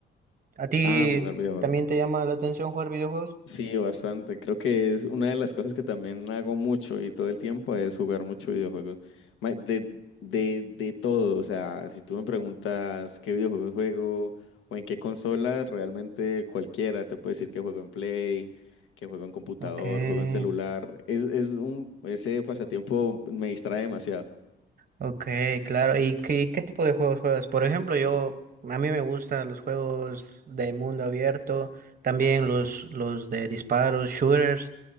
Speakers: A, on the right; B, on the left.
A: ¿A ti
B: Ah, jugar videojuegos.
A: también te llama la atención jugar videojuegos?
B: Sí, bastante. Creo que es una de las cosas que también hago mucho y todo el tiempo es jugar mucho videojuegos. Ma- De, de, de todo, o sea, si tú me preguntas qué videojuegos juego o en qué consola, realmente cualquiera te puede decir que juego en Play, que juego en computador,
A: Ok.
B: juego en celular. Es, es un, ese pasatiempo me distrae demasiado.
A: Ok, claro. ¿Y qué, qué tipo de juegos juegas? Por ejemplo, yo, a mí me gustan los juegos de mundo abierto, también los, los de disparos, shooters,